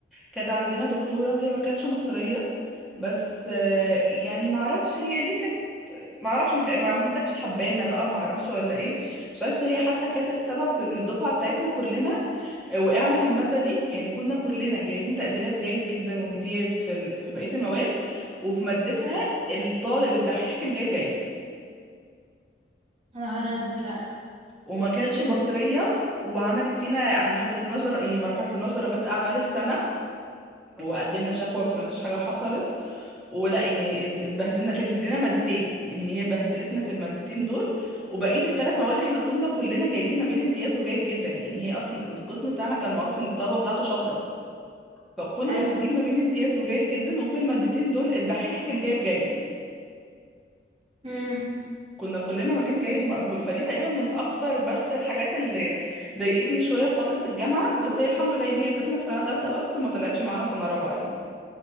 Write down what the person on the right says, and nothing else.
يا نهار ازرق
ليه كده
ايوه
امم